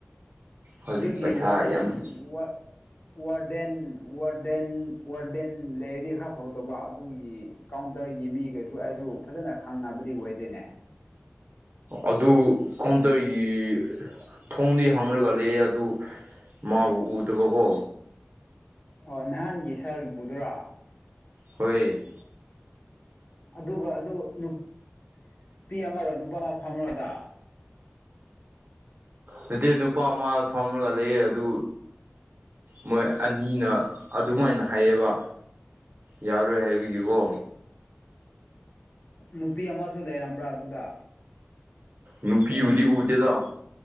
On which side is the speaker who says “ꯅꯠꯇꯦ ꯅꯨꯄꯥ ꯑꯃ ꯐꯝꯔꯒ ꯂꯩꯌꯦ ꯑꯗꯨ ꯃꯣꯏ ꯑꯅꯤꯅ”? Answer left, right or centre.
Right